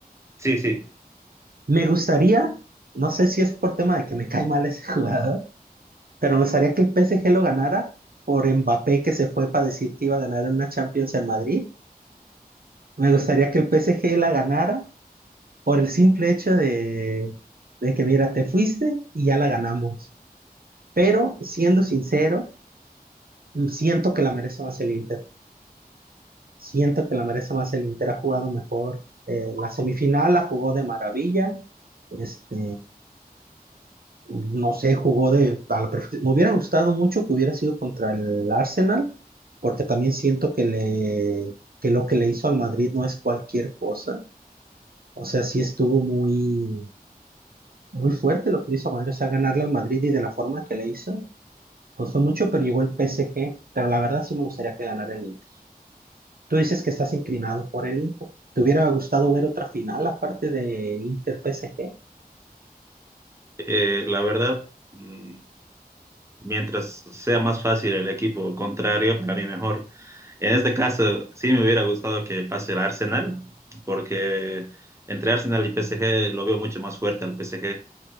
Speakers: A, on the right; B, on the right.
A: Sí, sí.
B: Me gustaría, no sé si es por tema de que me cae mal <laughs> ese jugador, pero me gustaría que el PSG lo ganara por Mbappé que se fue para decir que iba a ganar en una Champions en Madrid. Me gustaría que el PSG la ganara por el simple hecho de, de que, mira, te fuiste y ya la ganamos. Pero siendo sincero, mm, siento que la merece más el Inter. Siento que la merece más el Inter. Ha jugado mejor. Eh, la semifinal la jugó de maravilla. Este, no sé, jugó de a la perfe- Me hubiera gustado mucho que hubiera sido contra el Arsenal, porque también siento que le que lo que le hizo al Madrid no es cualquier cosa. O sea, sí estuvo muy Muy fuerte lo que hizo Madrid, o a ganarle al Madrid y de la forma que le hizo. Costó mucho, pero llegó el PSG. Pero la verdad sí me gustaría que ganara el Inter. Tú dices que estás inclinado por el Inter. ¿Te hubiera gustado ver otra final aparte de Inter-PSG?
A: Eh, la verdad, mm, mientras sea más fácil el equipo contrario, para mí mejor. En este caso, sí me hubiera gustado que pase el Arsenal, porque entre Arsenal y PSG lo veo mucho más fuerte al PSG.